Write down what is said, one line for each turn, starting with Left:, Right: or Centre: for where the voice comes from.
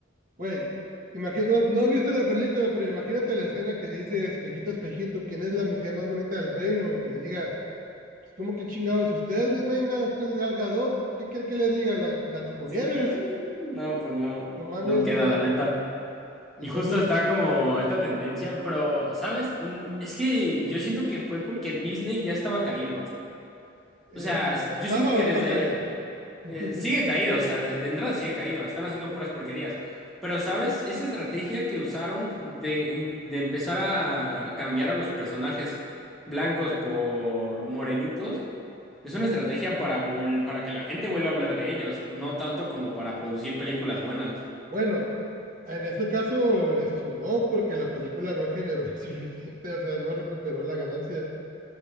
Right: Güey, imagina, no, no he visto la película, pero imagínate la escena que dice espejito, espejito, ¿quién es la mujer más bonita del reino? Y que le diga, pues, ¿cómo que chingados? ¿Usted es mi reina? ¿Usted es Gal Gadot? ¿Qué quiere que le diga? ¿La, la Choconieves?
Centre: Sí, no, no, pues no,
Right: No mames,
Centre: no queda,
Right: o sea,
Centre: la neta.
Right: entonces,
Centre: Y justo está como esta tendencia, pero, ¿sabes? Mm, Es que yo siento que fue porque Disney ya estaba caído.
Right: eh,
Centre: O sea, s-
Right: ¿estaba
Centre: yo siento que
Right: o está
Centre: desde...
Right: caído? <laughs>
Centre: eh, sigue caído, o sea, de, de entrada sigue caído, están haciendo puras porquerías. Pero, ¿sabes? Esa estrategia que usaron de, in- de empezar a cambiar a los personajes blancos por morenitos. Es una estrategia para, vol- para que la gente vuelva a hablar de ellos, no tanto como para producir películas buenas.
Right: Bueno, en este caso les tronó porque la película no generó lo <laughs> suficiente, o sea, no recuperó la ganancia.